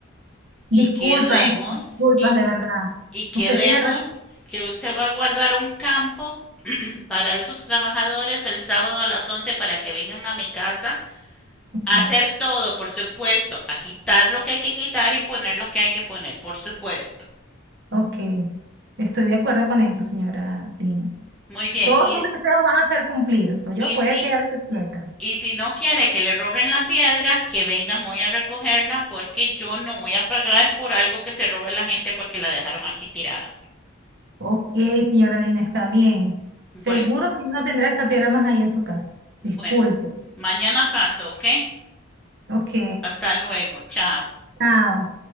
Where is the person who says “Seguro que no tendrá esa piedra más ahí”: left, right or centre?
Right